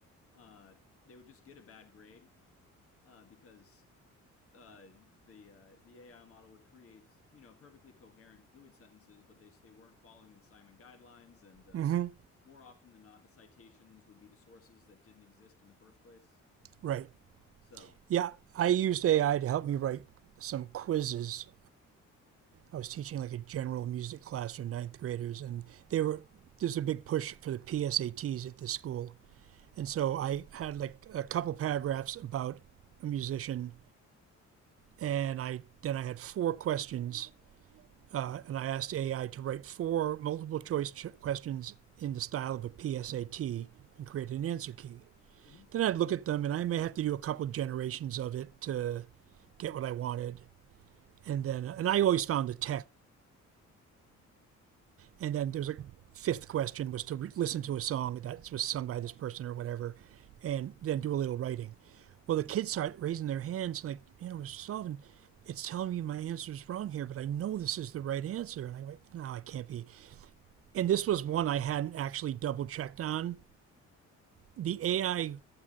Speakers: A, on the left; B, on the right.
A: Uh, they would just get a bad grade uh, because uh, the uh, the AI model would create you know perfectly coherent fluid sentences, but they they weren't following the assignment guidelines, and uh,
B: hmm
A: more often than not, the citations would be to sources that didn't exist in the first place.
B: Right.
A: So,
B: Yeah, I used AI to help me write some quizzes. I was teaching like a general music class for ninth graders, and they were there's a big push for the PSATs at this school, and so I had like a couple paragraphs about a musician, and I then I had four questions Uh, and I asked AI to write four multiple choice ch- questions in the style of a PSAT and create an answer key.
A: mhm.
B: Then I'd look at them, and I may have to do a couple generations of it to get what I wanted. And then, uh, and I always found the text. And then there was a fifth question was to re- listen to a song that was sung by this person or whatever, and then do a little writing. Well, the kids start raising their hands, like, you know, Mr. Sullivan, it's telling me my answer is wrong here, but I know this is the right answer. And I went, no, I can't be and this was one I hadn't actually double checked on. The AI